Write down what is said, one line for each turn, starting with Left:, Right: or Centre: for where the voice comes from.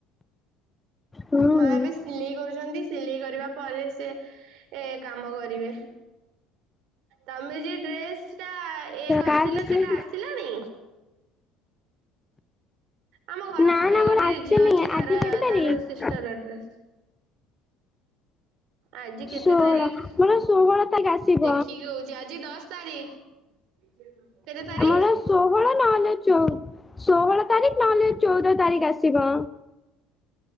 Left: ହୁଁ
Right: ମା ଏବେ ସିଲେଇ କରୁଛନ୍ତି। ସିଲେଇ କରିବା ପରେ ସେ ଏ କାମ କରିବେ। ତମେ ଯି ଡ୍ରେସ୍ ସେଟା ଇଏ କରିଥିଲ
Left: କାର୍ଡ ବିଷୟରେ
Right: ସେଟା ଆସିଲାଣି? ଆମ ଘର
Left: ନା
Right: ପାଖରେ
Left: ନା
Right: ଗୋଟେ
Left: ମୋର ଆସିନି
Right: ଝିଅ ଅଛି ତାର
Left: ଆଜି କେତେ ତାରିଖ
Right: ତାର ସିଷ୍ଟର <unintelligible> ଆଜି କେତେ
Left: ଷୋହଳ
Right: ତାରିଖ?
Left: ମୋର ଷୋହଳ ତାରିଖ ଆସିବ
Right: ଦେଖିକି କହୁଛି? ଆଜି ଦଶ ତାରିଖ। କେତେ ତାରିଖ?
Left: ଆମର ଷୋହଳ ନହେଲେ ଚଉ ଷୋହଳ ତାରିଖ ନହେଲେ ଚଉଦ ତାରିଖ ଆସିବ।